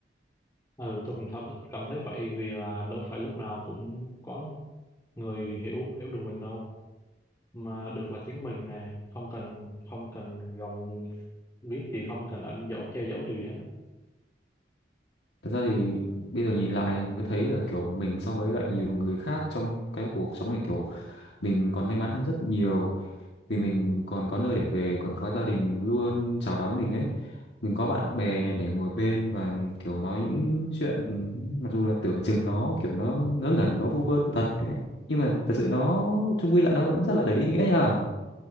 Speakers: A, on the left; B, on the left.
A: ừ tôi cũng cảm cảm thấy vậy vì là đâu phải lúc nào cũng có người hiểu hiểu được mình đâu mà được là chính mình nè không cần không cần gồng biết gì không cần ẩn dấu che giấu điều gì hết đó.
B: thật ra thì bây giờ nhìn lại mới thấy là kiểu mình so với lại nhiều người khác trong cái cuộc sống này kiểu mình còn may mắn hơn rất nhiều vì mình còn có nơi để về còn có gia đình luôn chào đón mình ấy mình có bạn bè này để ngồi bên và kiểu nói những chuyện mặc dù là tưởng chừng nó kiểu nó ngớ ngẩn nó vu vơ thật nhưng mà thật sự nó chung quy lại nó vẫn rất là đầy ý nghĩa nha